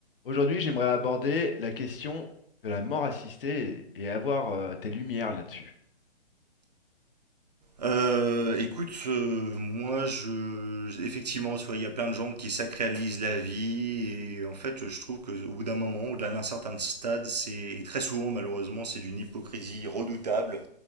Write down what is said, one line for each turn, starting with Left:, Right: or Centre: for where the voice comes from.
Left: Aujourd'hui, j'aimerais aborder la question de la mort assistée et, et avoir euh, tes lumières là-dessus.
Right: Euh, écoute, euh, moi, je, effectivement, tu vois, il y a plein de gens qui sacralisent la vie et en fait, je trouve que au bout d'un moment, au-delà d'un certain stade, c'est et très souvent, malheureusement, c'est d'une hypocrisie redoutable